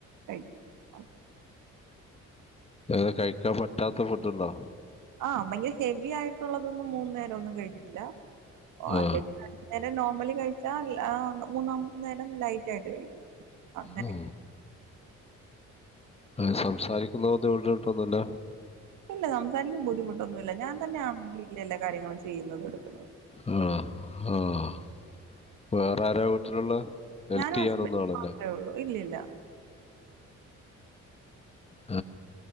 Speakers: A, on the right; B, on the left.
A: കഴിക്കും
B: അത് കഴിക്കാൻ പറ്റാത്ത ഫുഡുണ്ടോ
A: ആഹ ഭയങ്കര ഹെവി ആയിട്ടുള്ളതൊന്നും മൂന്നു നേരം ഒന്നും കഴിക്കില്ല ഓ
B: ആ
A: അ നേരം നോർമലി കഴിച്ചാൽ മൂന്നാമത്തെ നേരം ലൈറ്റ് ആയിട്ട് കഴിക്കും അങ്ങനെ
B: ഓ ആ സംസാരിക്കുന്ന ബുദ്ധിമുട്ടിട്ടൊന്നുമല്ല
A: ഇല്ല സംസാരിക്കും ബുദ്ധിമുട്ടൊന്നുംുമല്ല ഞാൻ തന്നെയ ആ വീട്ടിൽ എല്ലാ കാര്യങ്ങളും ചെയ്യുന്നത് എടുക്കും
B: ആഹ ആഹ വേറെരാ വീട്ടിലുള്ള ഹെൽപ്പ്
A: ഞാൻ ഹസ്ബന്
B: ചെയ്യാനൊന്നും ആളല്ലേ
A: മാത്രമേ ഉള്ളൂ ഇല്ലില്ല
B: ആ